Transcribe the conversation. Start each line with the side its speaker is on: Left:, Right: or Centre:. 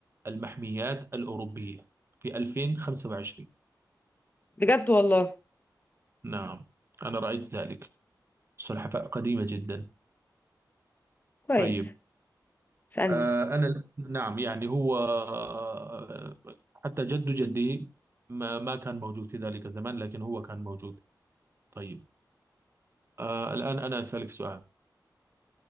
Right: المحميات الأوروبية في 2025
Left: بجد والله
Right: نعم أنا رأيت ذلك سلحفاة قديمة جدا
Left: كويس
Right: طيب
Left: اسألني
Right: آه، آه، أنا نعم يعني هو آه، حتى جد جدي ما ما كان موجود في ذلك الزمان لكن هو كان موجود طيب آه، الآن أنا أسألك سؤال